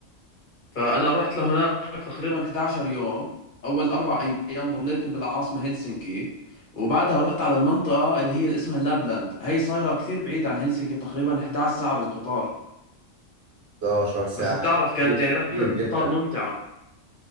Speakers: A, on the left; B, on the right.
A: فأنا رحت لهناك تقريبا 11 يوم أول أربع أيام ضليتني بالعاصمة هلسنكي وبعدها رحت على المنطقة اللي هي اللي اسمها لابلاند هي صايرة كثير بعيدة عن هلسنكي تقريبا 11 ساعة بالقطار
B: 11 ساعة
A: بس بتعرف كانت
B: كتير
A: يعني رحلة
B: كتير
A: القطار
B: جدا
A: ممتعة